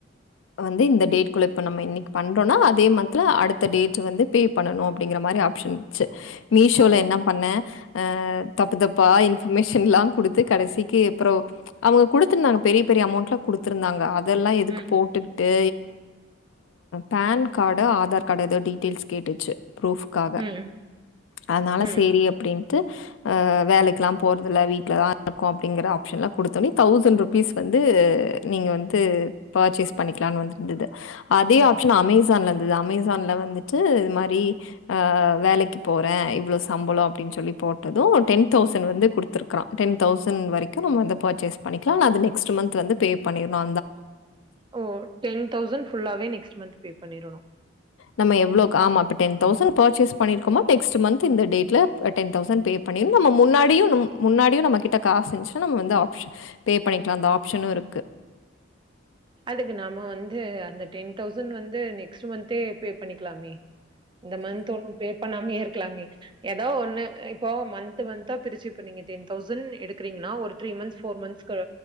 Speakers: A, on the left; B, on the right.
A: வந்து இந்த டேட கு நம்ம இன்னைக்கு பண்றோனா அதே மந்த்த்ல அடுத்த டேட ட்டு வந்து பே பண்ணனு அப்படிங்கற மாரி ஆப்ஷன்ச்சு மீஷோல
B: ஓ!
A: என்ன பண்ண ஆஹ் தப்பு தப்பா இன்ஃபர்மேஷன்லா கொடுத்து கடைசிக்கு அப்ரோ அவங்க கொடுத்துருந்தாங்க பெரிய பெரிய அமௌண்ட்லா கொடுத்தருந்தாங்க அதெல்லா எதுக்கு
B: ம்.
A: போட்டுக்கிட்டு பான் கார்டு ஆதார் கார்டு ஏதோது டீட தில்ஸ் கேட்டிச்சு ப்ரூஃப்காக
B: ம்.
A: அதனால
B: ம்.
A: சரி அப்படின் வேலைக்குலாம் போறதில்ல வீட்டுலதான் இருக்கும் அப்படிங்கற ஆப்ஷன்லாம் குடுத்தோனே தௌசண்ட் ருபீஸ் வந்து நீங்க வந்து பர்ச்சேஸ் பண்ணிக்கலாம்னு வந்துருந்தது அதே
B: ம்.
A: ஆப்ஷன் அமேசான்ல து அமேசான்ல வந்து டு இது மாரி் ஆ வேலைக்கு போறேன் இவ்ளோ சம்பலோ அப்படின்னு சொல்லி போட்டது டென் தௌசண்ட் வந்து கொடுத்துருக்கான் டென் தௌசண்ட் வரைக்கு நம்ம வந்து பர்ச்சேஸ் பண்ணிக்கலா நெக்ஸ்ட் மந்த் வந்து பே பண்ணிருனு
B: ஓ டென் தௌசண்ட் ஃபுல்லாவே நெக்ஸ்ட் மந்த் பே பண்ணிரணு
A: நம்ம எவ்ளுக்கு ஆமா இப்ப டென் தௌசண்ட் பர்ச்சேஸ் பண்ணிருக்கோம நெக்ஸ்ட் மந்த் இந்த டேட்ல டென் தௌசண்ட் பே பண்ணி நம்ம முன்னாடியு நம் முன்னாடியு நம்ம கிட்ட காச இந்துச்சினா நம்ம வந்து ஆப்ஸன் பே பண்ணிக்கலா அந்த ஆப்ஸனும் இருக்கு
B: அதுக்கு நாம வந்து அந்த டென் தௌசண்ட் வந்து நெக்ஸ்ட் மந்த்தே பே பண்ணிக்கலாமே இந்த மந்த் ஒண்ணு பே பண்ணாமே இருக்கலாமே ஏதோ ஒண்ணு இப்போ மந்த் மந்த்தா பிரிச்சு இப்ப நீங்க டென் தௌசண்ட் எடுக்கறீங்கன்னா ஒரு த்ரீ மந்த்ஸ் போர் மந்த்ஸ்க்கு